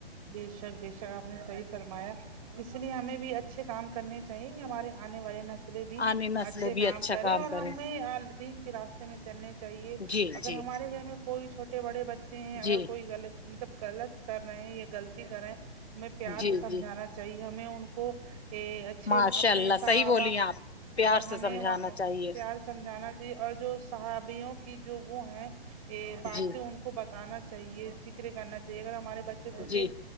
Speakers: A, on the right (about 35°); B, on the left (about 85°).
A: بے شک بے شک آپ نے صحیح فرمایا اس لیے ہمیں بھی اچھے کام کرنے چاہیے کہ ہمارے آنے والے نسلیں بھی
B: آنے نسلیں
A: اچھے کام
B: بھی اچھا
A: کرے اور
B: کریں
A: ہمیں ال دین کے راستے میں چلنے چاہیے
B: جی
A: اگر
B: جی
A: ہمارے گھر میں کوئی چھوٹے بڑے بچے ہیں اگر
B: جی
A: کوئی غلط مطلب غلط کر رہے ہیں یا غلطی کر رہے ہیں ہمیں پیار
B: جی
A: سے سمجھانا
B: جی
A: چاہیے ہمیں ان کو کہ اچھے
B: ماشاء
A: اپنے
B: اللہ
A: صحابہ
B: صحیح بولی آپ پیار
A: اور ہمیں
B: سے سمجھانا
A: وہ
B: چاہیے
A: پیار سے سمجھانا چاہیے اور جو صحابیوں کی جو وہ ہیں یے باتیں
B: جی
A: ان کو کو بتانا چاہیے ذکر کرنا چاہیے اگر ہمارے بچے پوچھے
B: جی